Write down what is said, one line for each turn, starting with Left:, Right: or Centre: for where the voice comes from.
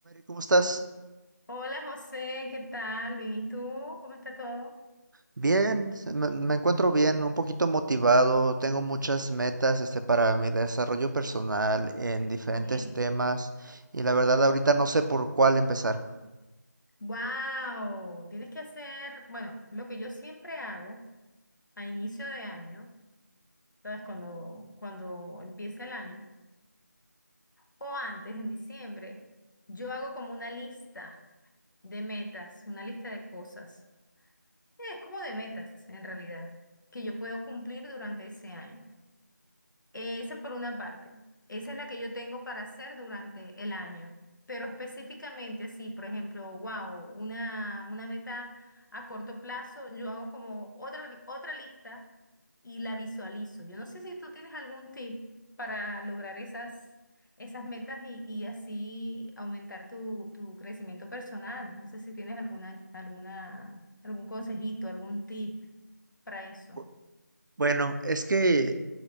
Right: ¿Cómo estás?
Left: Hola José, ¿qué tal? Bien, ¿y tú? ¿Cómo está todo?
Right: Bien, se- me, me encuentro bien, un poquito motivado, tengo muchas metas este para mi desarrollo personal en diferentes
Left: Todo bien.
Right: temas y la verdad ahorita no sé por cuál empezar.
Left: ¡Wow! Tienes que hacer, bueno, lo que yo siempre hago a inicio de año, ¿sabes? Cuando, cuando empieza el año, o antes, en diciembre, yo hago como una lista de metas, una lista de cosas. Es como de metas, en realidad, que yo puedo cumplir durante ese año. Esa por una parte. Esa es la que yo tengo para hacer durante el año. Pero específicamente, sí, por ejemplo, wow, una, una meta a corto plazo, yo hago como otra, otra lista y la visualizo. Yo no sé si tú tienes algún tip para lograr esas, esas metas y, y así aumentar tu, tu crecimiento personal. No sé si tienes alguna, alguna, algún consejito, algún tip para eso.
Right: Bu- Bueno, es que